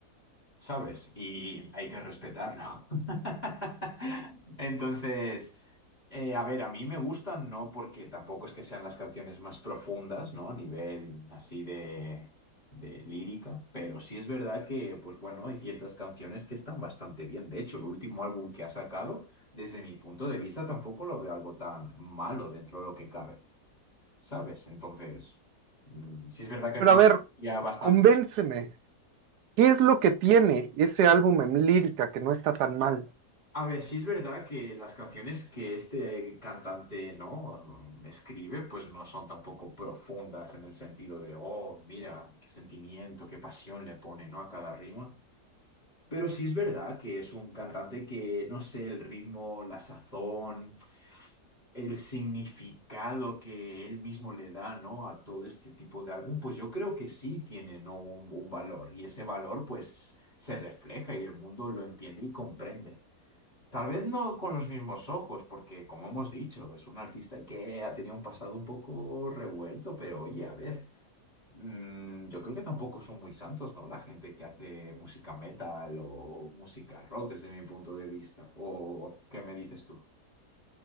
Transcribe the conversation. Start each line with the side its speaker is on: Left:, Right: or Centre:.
Left: ¿sabes? Y hay que respetarlo. <laughs> Entonces, eh, a ver, a mí me gustan, no porque tampoco es que sean las canciones más profundas, ¿no? A nivel así de, de lírica, pero sí es verdad que, pues bueno, hay ciertas canciones que están bastante bien. De hecho, el último álbum que ha sacado, desde mi punto de vista, tampoco lo veo algo tan malo dentro de lo que cabe, ¿sabes? Entonces, mm, sí es verdad que
Right: Pero
Left: tiene
Right: a ver,
Left: una... Ya bastante.
Right: convénceme. ¿Qué es lo que tiene ese álbum en lírica que no está tan mal?
Left: A ver, sí es verdad que las canciones que este cantante no escribe, pues no son tampoco profundas en el sentido de, oh, mira, qué sentimiento, qué pasión le pone, ¿no? A cada rima. Pero sí es verdad que es un cantante que, no sé, el ritmo, la sazón, el significado que él mismo le da, ¿no? A todo este tipo de álbum, pues yo creo que sí tiene, ¿no? Un, un valor. Y ese valor, pues, se refleja y el mundo lo entiende y comprende. Tal vez no con los mismos ojos, porque como hemos dicho, es un artista que ha tenido un pasado un poco revuelto, pero oye, a ver, mm, yo creo que tampoco son muy santos, ¿no? La gente que hace música metal o música rock desde mi punto de vista. ¿O qué me dices tú?